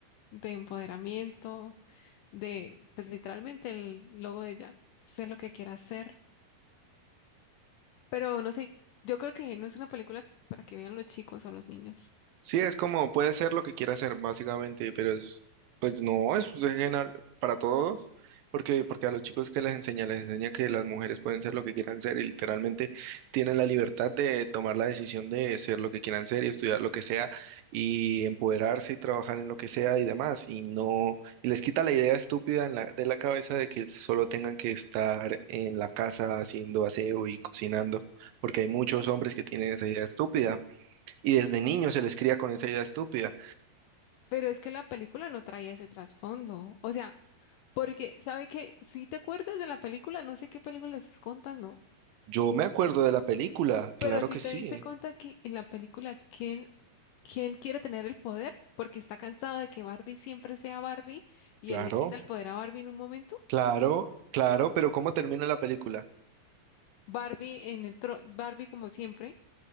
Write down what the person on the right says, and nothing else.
Sí, es como puede ser lo que quiera hacer, básicamente, pero es, pues no, es general para todos, porque, porque a los chicos que les enseña, les enseña que las mujeres pueden ser lo que quieran ser y literalmente tienen la libertad de tomar la decisión de ser lo que quieran ser y estudiar lo que sea y empoderarse y trabajar en lo que sea y demás, y no, y les quita la idea estúpida en la- de la cabeza de que solo tengan que estar en la casa haciendo aseo y cocinando, porque hay muchos hombres que tienen esa idea estúpida. Y desde niño se les cría con esa idea estúpida.
Yo me acuerdo de la película,
claro
que
sí,
claro,
claro, claro, pero ¿cómo termina la película?